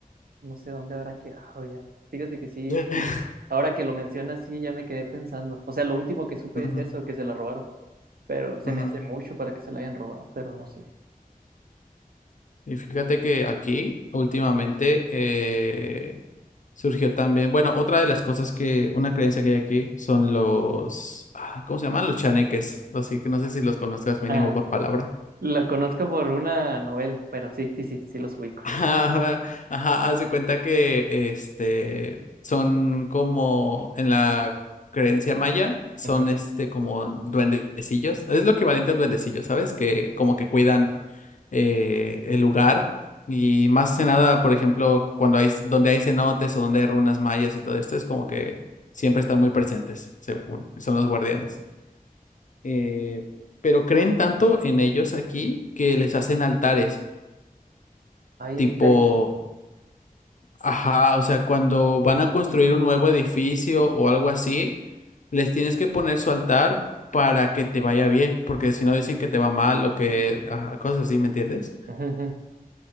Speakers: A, on the right; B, on the left.
A: No sé dónde habrá quedado ya. Fíjate que sí,
B: <laughs>
A: sí. Ahora que lo mencionas, sí, ya me quedé pensando. O sea, lo último que supe
B: Ujú,
A: es eso, que se la robaron. Pero se
B: ujú.
A: me hace mucho para que se la hayan robado, pero no sé.
B: Y fíjate que aquí últimamente eh, surgió también, bueno, otra de las cosas que, una creencia que hay aquí son los, ay, ¿cómo se llaman? Los chaneques. Así que no sé si los conozcas mínimo
A: Ah,
B: por palabra.
A: la conozco por una novela, pero sí, sí, sí, sí los ubico.
B: Ajá, ajá, haz de cuenta que este son como en la creencia maya, son
A: Ujú.
B: este como duendecillos. Es lo equivalente a un duendecillo, ¿sabes? Que como que cuidan eh, el lugar. Y más que nada, por ejemplo, cuando hay donde hay cenotes o donde hay runas mayas y todo esto, es como que siempre están muy presentes, según son los guardianes. Eh, pero creen tanto en ellos aquí que les hacen altares
A: Ay,
B: tipo.
A: ¿en serio?
B: Ajá, o sea, cuando van a construir un nuevo edificio o algo así, les tienes que poner su altar para que te vaya bien, porque si no dicen que te va mal o que ajá, cosas así, ¿me entiendes?
A: Ujú, ujú.